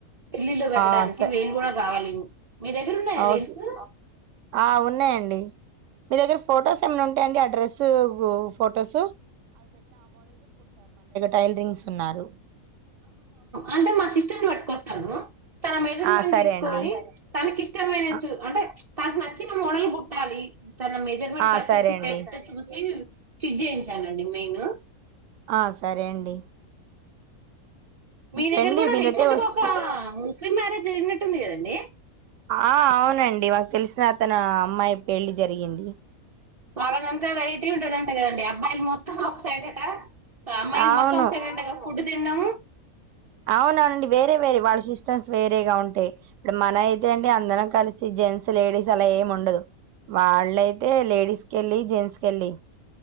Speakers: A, on the right; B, on the right.
A: పెళ్లిలో పెట్టడానికి
B: ఆ స
A: వేలు కూడా కావాలండి మీ దగ్గర ఉన్నాయా
B: ఆ
A: వెల్సు
B: స్ ఆ ఉన్నాయండి మీ దగ్గర ఫోటోస్ ఏమైనా ఉంటాయం అండి అడ్రస్సు ఫోటోస్ టైలరింగ్స్ ఉన్నారు
A: అంటే మా సిస్టర్ ని పట్టుకొస్తా తన మెజర్మెంట్
B: ఆ సరే
A: తీసుకుంది
B: అండి
A: తనకి ఇష్టమైన
B: ఆ
A: చు అంటే తనకు నచ్చిన మోడల్ కుట్టాలి తన మెజర్మెంట్
B: ఆ
A: కరెక్ట్
B: సరే
A: ఫిట్
B: అండి
A: అయ్యేటట్టు చూసి చిట్ చేయించానండి మెయిన్
B: ఆ సరే అండి
A: మీ దగ్గర
B: రండి
A: కూడా
B: మీరైతే
A: రీసెంట్
B: వస్తే
A: గా ఒక ముస్లిం మ్యారేజ్ జరిగినట్టుంది కదా దే
B: ఆ అవునండి మాకు తెలిసిన అతను అమ్మాయి పెళ్ళి జరిగింది
A: వాళ్ళదంతా వెరైటీ ఉంటదంట కదండి అబ్బాయిలు మొత్తం ఒకసైటట అమ్మాయిలు
B: అవును
A: మొత్తం ఒక సైడ్ అ టగా కుడ్ తిన్డం
B: అవునవునండి వేరే వేరే వాళ్ళ సిస్టమ్స్ వేరేగా ఉంటాయి ఇప్పుడు మన అయితే అండి అందరు మనం కలిసి జెంట్స్ లేడీస్ అలా ఏం ఉండదు వాళ్ళయితే లేడీస్ క వెళ్ళి జెంట్స్ వెళ్ళి